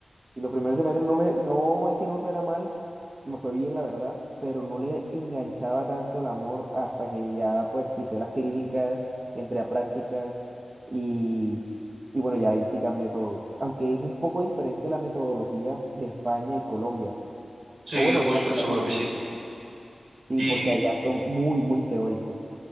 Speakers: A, on the right (about 40°); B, on the right (about 85°).
A: Y los primeros semestres no me, no es que no me fuera mal, me fue bien, la verdad, pero no le enganchaba tanto el amor hasta que ya pues pisé las clínicas, entré a prácticas y, y bueno, ya ahí sí cambió todo. Aunque es un poco diferente la metodología de España y Colombia,
B: sí,
A: o bueno,
B: justo,
A: de España
B: seguro
A: y Latinoamérica.
B: que sí.
A: Sí,
B: Y,
A: porque allá son muy, muy teóricos.